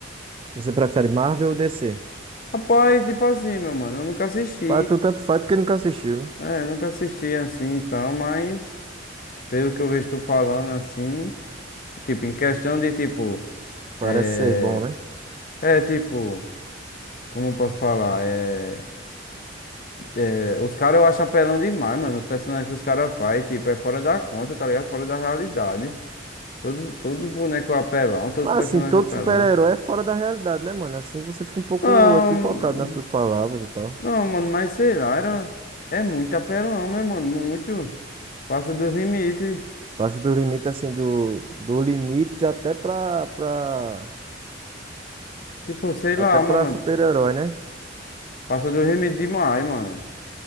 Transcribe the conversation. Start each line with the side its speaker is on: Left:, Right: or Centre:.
Right: Você prefere Marvel ou DC?
Left: Rapaz, tipo assim, meu mano, eu nunca assisti,
Right: Para tu tanto faz porque nunca assistiu, né?
Left: é, nunca assisti assim e tal, mas pelo que eu vejo tu falando assim, tipo, em questão de tipo.
Right: Parece
Left: É,
Right: ser bom, né?
Left: É tipo, como eu posso falar? É, é, os caras eu acho apelão demais, mano. Os personagens que os caras fazem, tipo, é fora da conta, tá ligado? Fora da realidade. Todos, todos os bonecos apelão, todos
Right: Mas
Left: os personagens
Right: assim, todo
Left: apelão.
Right: super-herói é fora da realidade, né, mano? Assim você fica um pouco
Left: Não,
Right: equivocado nas suas palavras e tal.
Left: não, mano, mas sei lá, era, é muito apelão, meu mano. Muito. Passa dos limites.
Right: Passa do limite, assim, do, do limite até pra, pra,
Left: Tipo, sei lá,
Right: até pra
Left: mano.
Right: super-herói, né?
Left: Passa dos limites demais, mano.